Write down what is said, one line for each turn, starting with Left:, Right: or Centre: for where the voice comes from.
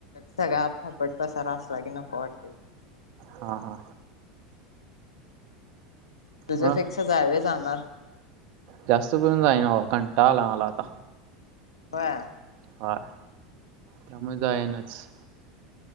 Left: सगळा फापट पसारा असला की नको वाटतयं.
Right: हा हा.
Left: तुझं
Right: मग
Left: फिक्स आहे व्हय जाणार
Right: जास्त करून जाईन बाबा कं -- टाळा आलाय मला आता.
Left: होय.
Right: होय. त्यामुळे जाईनच.